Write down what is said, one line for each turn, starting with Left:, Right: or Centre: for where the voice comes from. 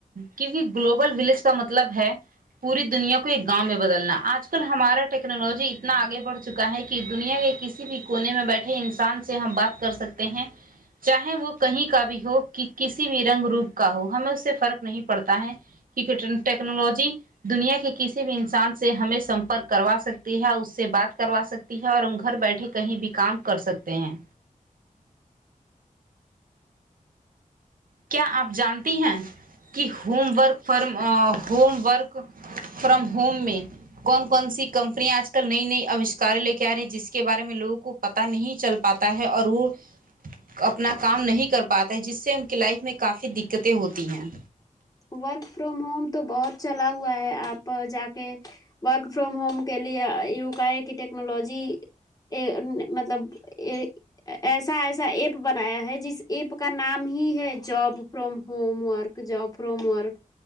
Right: کیو گلوبل ولیج کا مطلب ہے پوری دنیا کو ایک گاؤ میں بدلنا اج کل ہمارا ٹیکنالوجی اتنا اگے بڑھ چکا ہے کہ دنیا کے کسی بھی کونے میں بیٹھے انسان سے ہم بات کر سکتے ہیں چاہے وہ کہیں کا بھی ہو کہ کسی بھی رنگ روپ کا ہو ہمیں اس سے فرق نہیں پڑتا ہے کیک ٹیکنالوجی دنیا کے کسی بھی انسان سے ہمیں سپرک کروا سکتی ہے اس سے بات کروا سکتی ہے اور ہم گھر بیٹھے کہیں بھی کام کر سکتے ہیں کیا آپ جانتی ہیں کہ home work from home work from home میں کون کون سی کمپنییا آج آج کل نئی نئی آوشکار لے کے آ رہی ہیں جس کے بارے میں لگوں کو پتا نہیں چل پاتا ہے اور وہ اپنا کام نہیں کر پاتا جس سے ان کی لائف میں کافی دقتیں ہوتی ہیں
Left: ورک فرم ہوم تو بہت چلا ہوا ہے آپ جا کے ورک فرام ہوم کے لیے یہ کا کہ ٹیکنالوجی ایں مطلب ایں ایسا ایسا ایپ بنایا ہے جس ایپ کا نام ہی ہے job from home work job پرومورک